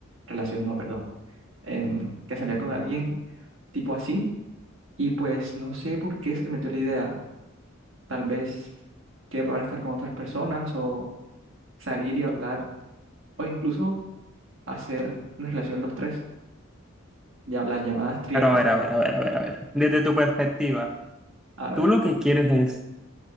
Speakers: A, on the right; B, in the centre.
A: relación no, perdón, em, que salía con alguien tipo así, y pues no sé por qué se le metió la idea, tal vez que poder estar con otras personas o salir y hablar, o incluso hacer una relación los tres, ya las llamadas triejas.
B: Pero a ver, a ver, a ver, a ver, a ver. Desde tu perspectiva,
A: A ver,
B: ¿tú lo que quieres es